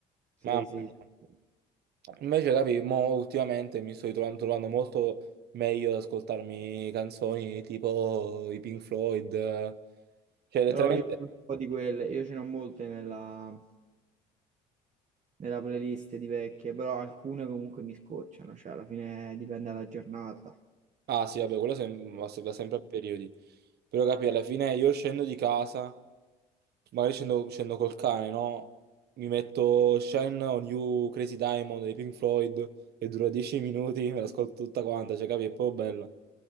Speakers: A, on the right; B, on the right.
A: Sì,
B: Mamma
A: sì.
B: mia.
A: sì.
B: Invece, capi, mo ultimamente mi sto ritrovando trovando molto meglio ad ascoltarmi canzoni tipo i Pink Floyd. eh. Cioè, letteralmente...
A: Però io ho un po' di quelle, io ce ne ho molte nella, nella playlist di vecchie, però alcune comunque mi scocciano, cioè alla fine dipende dalla giornata.
B: Ah sì, vabbè, quello sem- va se- va sempre a periodi. Però capi, alla fine io scendo di casa. magari scendo, scendo col cane, no? Mi metto Shine on You, Crazy Diamond dei Pink Floyd e dura 10 minuti, me l'ascolto tutta quanta, cioè capi, è proprio bella.